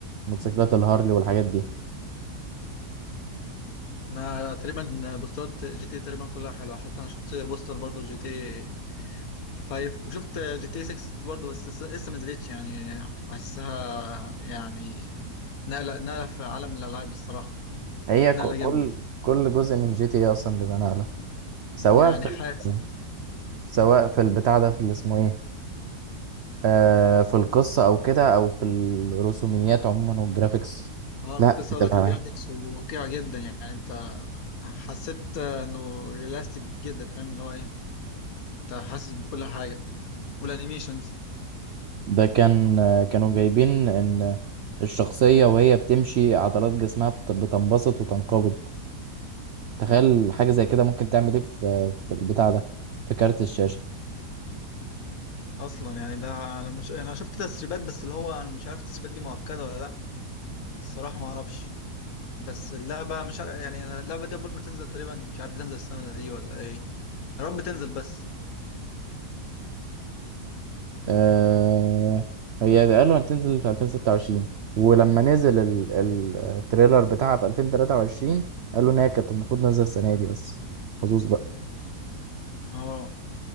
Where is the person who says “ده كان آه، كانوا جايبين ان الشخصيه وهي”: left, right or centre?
Right